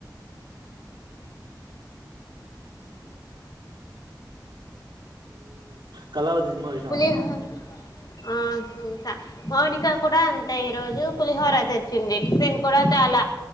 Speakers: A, on the right (about 85°); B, on the left (about 60°).
A: కళవది సినిమా చూసినావా
B: పులిహోర ఆ చూసా మౌనిక కుడ అంతే ఈ రోజు పులిహోర తెచ్చింది టిఫిన్ కూడా ల